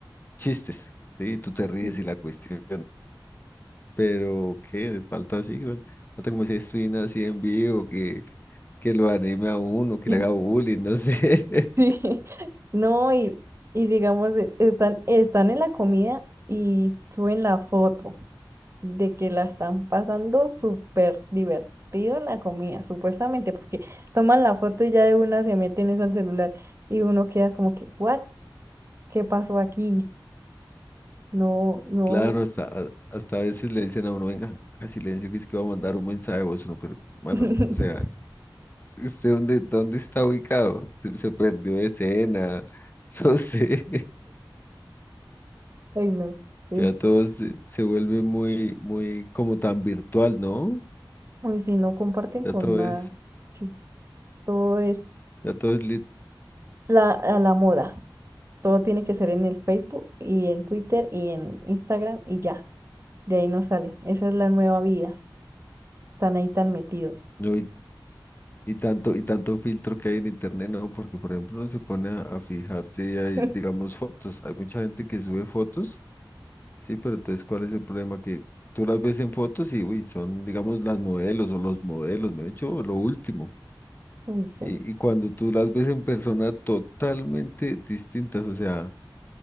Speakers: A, on the left; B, on the right.
A: chistes, ¿sí? Tú te ríes
B: Y-
A: y la cuestión, pero ¿qué? Falta así, igual, falta como ese swing así en vivo, que, que lo anime a uno, que
B: <laughs>
A: le haga bullying, no sé. <laughs>
B: sí, No, y, y digamos, e- están, están en la comida y suben la foto de que la están pasando súper divertido en la comida, supuestamente, porque toman la foto y ya de una se meten es al celular y uno queda como que, ¿what? ¿Qué pasó aquí? No, no.
A: Claro, hasta, a- hasta a veces le dicen a uno, venga, haga silencio, que es que va a mandar un mensaje de voz, uno, pero, bueno,
B: <laughs>
A: o sea... ¿Usted dónde, dónde está ubicado? Se, se perdió de escena, <laughs> no sé.
B: Ay, no. Es,
A: Ya todo se, se vuelve muy, muy como tan virtual, ¿no?
B: uy, si no comparten
A: Ya
B: con
A: todo
B: nada,
A: es,
B: sí, todo es
A: ya todo es lit-
B: la, a la moda. Todo tiene que ser en el Facebook y en Twitter y en Instagram y ya. De ahí no sale. Esa es la nueva vida. Están ahí tan metidos.
A: no, y, y tanto, y tanto filtro que hay en internet, ¿no? Porque, por ejemplo, uno se pone a, a fijarse y hay,
B: <laughs>
A: digamos, fotos. Hay mucha gente que sube fotos, sí, pero entonces, ¿cuál es el problema? Que tú las ves en fotos y, uy, son, digamos, las modelos o los modelos, ¿no? De hecho, lo último.
B: Uy, sí.
A: Y, y cuando tú las ves en persona totalmente distintas, o sea,